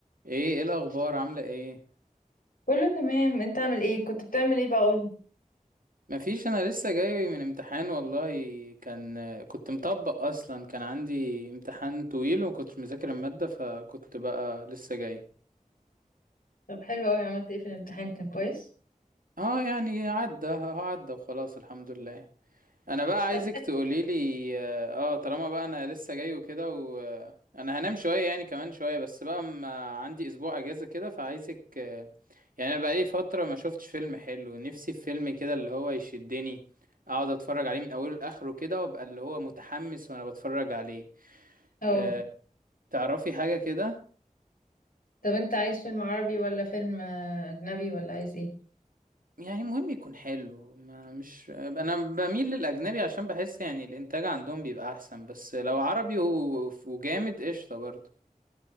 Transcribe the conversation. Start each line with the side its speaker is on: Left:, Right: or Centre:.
Right: ايه ايه الاخبار عامله ايه
Left: كله تمام انت عامل ايه كنت بتعمل ايه بقى قولي
Right: مفيش انا لسه جاي من امتحان والله كان كنت مطبق اصلا كان عندي امتحان طويل ومكنتش مذاكر الماده فكنت بقى لسه جاي
Left: طب حلو قوي عملت ايه في الامتحان كان كويس
Right: اه يعني عدى هو عدى وخلاص الحمد لله انا بقى عايزك
Left: طب
Right: تقولي لي اه آه، طالما بقى انا لسه جاي وكده وانا هنام شويه يعني كمان شويه بس بقى اما عندي اسبوع اجازه كده فعايزك آه، يعني انا بقى لي فتره ما شفتش فيلم حلو نفسي في فيلم كده اللي هو يشدني اقعد اتفرج عليه من اوله لاخره كده وابقى اللي هو متحمس وانا بتفرج عليه
Left: اه
Right: آه، تعرفي حاجه كده
Left: طب انت عايز فيلم عربي ولا فيلم آه، اجنبي ولا عايز ايه
Right: يعني المهم يكون حلو ما مش انا بميل للاجنبي عشان بحس يعني الانتاج عندهم بيبقى احسن بس لو عربي و- وجامد قشطه برضه